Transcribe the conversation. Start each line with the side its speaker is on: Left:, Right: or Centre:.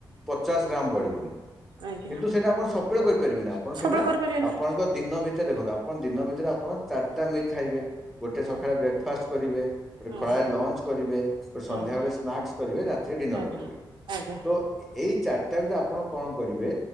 Centre: ପଚାଶ ଗ୍ରାମ ବଢିବନି।
Right: ଆଜ୍ଞା
Centre: କିନ୍ତୁ ସେଇଟା ଆପଣ ସବୁବେଳେ କରିପାରିବେ ନି ଆପଣ
Right: ସବୁବେଳେ
Centre: ସେଇଟା
Right: କରିପାରିବାନି।
Centre: ଆପଣଙ୍କ ଦିନ ଭିତରେ ଦେଖନ୍ତୁ ଆପଣ ଦିନ ଭିତରେ ଆପଣ ଚାରିଟା ମିଲ୍ ଖାଇବେ ଗୋଟେ
Right: ହୁଁ
Centre: ସକାଳେ ବ୍ରେକ୍ଫାଷ୍ଟ କରିବେ। ଗୋଟେ
Right: ହୁଁ
Centre: ଖଳାରେ ଲଞ୍ଚ କରିବେ ଗୋଟେ
Right: ହୁଁ
Centre: ସନ୍ଧ୍ୟାବେେଳେ ସ୍ନାକ୍ସ କରିବେ ରାତିରେ ଡିନର
Right: ଆଜ୍ଞା
Centre: କରିବେ।
Right: ଆଜ୍ଞା।
Centre: ତ ଏଇ ଚାରିଟା ଭିତରେ ଆପଣ କଣ କରିବେ